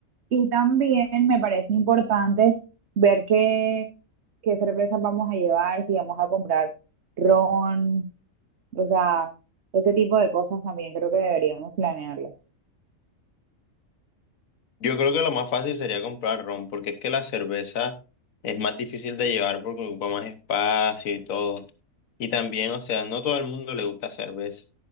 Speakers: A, on the right (about 55°); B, on the left (about 75°).
A: Y también me parece importante ver qué, qué cervezas vamos a llevar, si vamos a comprar ron, o sea, ese tipo de cosas también creo que deberíamos planearlas.
B: Yo creo que lo más fácil sería comprar ron, porque es que la cerveza es más difícil de llevar porque ocupa más espacio y todo. Y también, o sea, no todo el mundo le gusta cerveza.